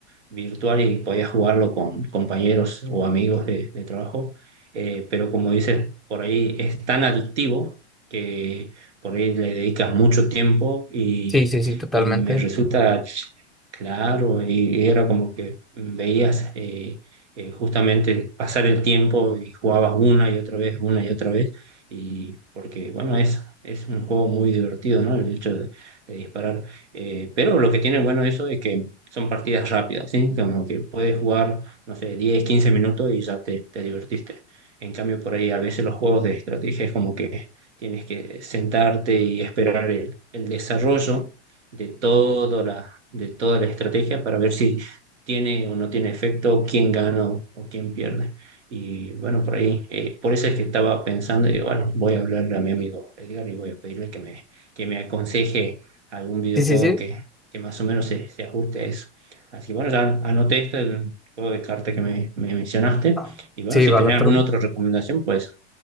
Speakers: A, on the right; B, in the centre.
A: virtual y podías jugarlo con compañeros o amigos de, de trabajo. Eh, pero como dices, por ahí es tan adictivo que por ahí le dedicas mucho tiempo y,
B: Sí, sí, sí, totalmente.
A: y me resulta ch- claro, y, y era como que veías eh, eh, justamente pasar el tiempo y jugabas una y otra vez, una y otra vez, y porque, bueno, es, es un juego muy divertido, ¿no? El hecho de, de disparar. Eh, pero lo que tiene bueno eso es que son partidas rápidas, ¿sí? Como que puedes jugar, no sé, 10 15 minutos y ya te, te divertiste. En cambio, por ahí a veces los juegos de estrategia es como que tienes que sentarte y esperar el, el desarrollo de, toda la, de toda la estrategia para ver si tiene o no tiene efecto, quién gana o, o quién pierde. Y bueno, por ahí, eh, por eso es que estaba pensando, y bueno, voy a hablarle a mi amigo Edgar y voy a pedirle que me, que me aconseje algún videojuego
B: Sí, sí, sí.
A: que, que más o menos se, se ajuste a eso. Así que bueno, ya anoté esto, el juego de cartas que me, me mencionaste.
B: Ah,
A: Y bueno,
B: Sí,
A: si
B: Balatro.
A: tenés alguna otra recomendación, pues